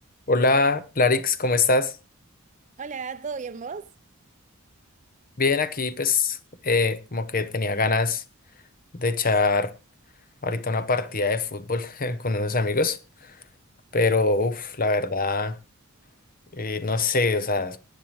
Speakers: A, on the left (about 40°); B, on the right (about 35°).
A: Hola, Larix, ¿cómo estás?
B: Hola, ¿todo bien vos?
A: Bien, aquí pues eh, como que tenía ganas de echar ahorita una partida de fútbol <laughs> con unos amigos, pero uff, la verdad, eh, no sé, o sea,